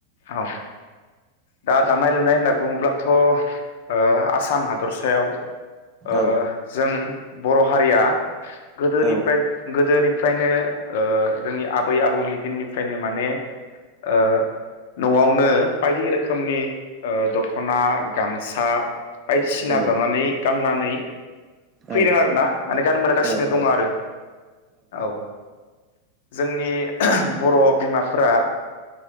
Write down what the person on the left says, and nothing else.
औ दा दानाय लुनाय होनना बुङोब्लाथ' ओह आसाम हादरसायाव ओह
जों बर' हारिया गोदोनिफ्राय
गोदोनिफ्रायनो ओह जोंनि आबै आबौनि दिननिफ्रायनो माने ओह न'आवनो बायदि रोखोमनि ओह दख'ना गामसा बायदिसिना
दानानै गाननानै
फैदों आरोना माने गानबागासिनो
दङ आरो औ जोंनि ओह बर‌ बिमाफोरा